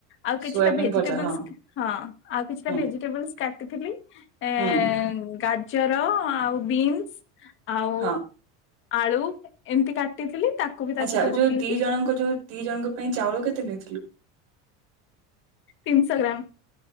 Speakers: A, on the left; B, on the right.
A: ଆଉ କିଛିଟା
B: ସୋୟାବିନ୍
A: ଭେଜିଟେବଲସ
B: ଭଜା ହଁ
A: ହଁ ଆଉ କିଛିଟା
B: ହୁଁ
A: ଭେଜିଟେବଲସ କାଟିଥିଲି। ଏ
B: ହୁଁ
A: ଗାଜର ଆଉ ବିନ୍ସ ଆଉ
B: ହଁ।
A: ଆଳୁ ଏମିତି କାଟିଥିଲି ତାକୁ ବି ତା
B: ଆଚ୍ଛା
A: ସହିତ
B: ଯୋଉ
A: ପକେଇଲି
B: ଦି ଜଣଙ୍କ ଯୋଉ ଦି ଜଣଙ୍କ ପାଇଁ ଚାଉଳ କେତେ ନେଇଥିଲୁ?
A: ତିନିଶହ ଗ୍ରାମ।